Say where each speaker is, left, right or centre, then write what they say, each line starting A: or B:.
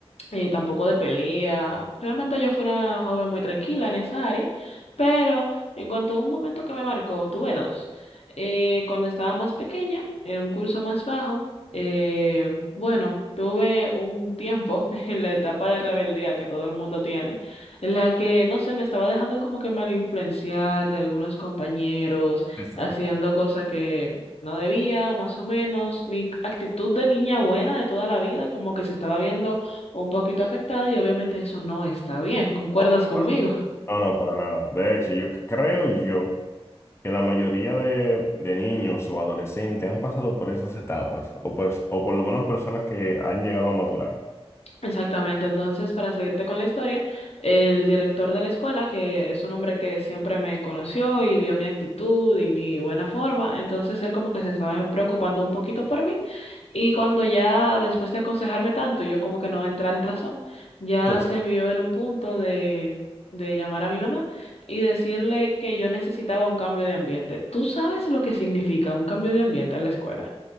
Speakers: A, on the left; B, on the left.
A: eh, tampoco de pelea. Realmente yo fui una joven muy tranquila en esa área, pero en cuanto a un momento que me marcó, tuve dos. Eh, cuando estaba más pequeña, en un curso más bajo, eh, bueno, tuve un tiempo <laughs> en la etapa de rebeldía que todo el mundo tiene, en la que, no sé, me estaba dejando como que mal influenciar de algunos compañeros,
B: Sí, sí.
A: haciendo cosas que... No debía, más o menos, mi actitud de niña buena de toda la vida, como que se estaba viendo un poquito afectada y obviamente eso no está bien. ¿Concuerdas
B: No, no,
A: conmigo?
B: pa- no, no, para nada. De hecho, yo c- creo yo que la mayoría de, de niños o adolescentes han pasado por esas etapas, o por, o por lo menos personas que han llegado a maturar.
A: Exactamente. Entonces, para seguirte con la historia, el director de la escuela, que es un hombre que siempre me conoció y vio mi actitud y mi buena forma, entonces él como que se estaba preocupando un poquito por mí y cuando ya después de aconsejarme tanto y yo como que no entrar en razón, ya
B: Entonces,
A: se vio en un punto de de llamar a mi mamá y decirle que yo necesitaba un cambio de ambiente. ¿Tú sabes lo que significa un cambio de ambiente en la escuela?